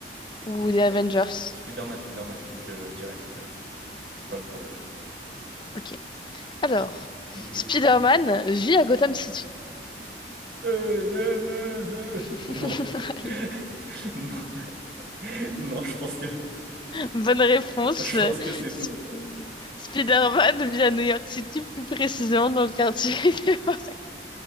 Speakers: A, on the right (about 70°); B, on the left (about 25°).
A: Ok.
B: ou des Avengers?
A: Spider-Man, Spider-Man. Je direct, en fait. Je sais pas pourquoi j'ai réfléchi.
B: Ok. Alors,
A: Spider-Man.
B: Spider-Man vit à Gotham City.
A: Euh,
B: <laughs>
A: non, non, non. <laughs> Non.
B: Allez.
A: <laughs> Non. <laughs> Non, je pense que
B: Bonne réponse.
A: <laughs> je pense que c'est
B: Sp-
A: faux.
B: Spider-Man vit à New York City, plus précisément dans le quartier <laughs> des Warren.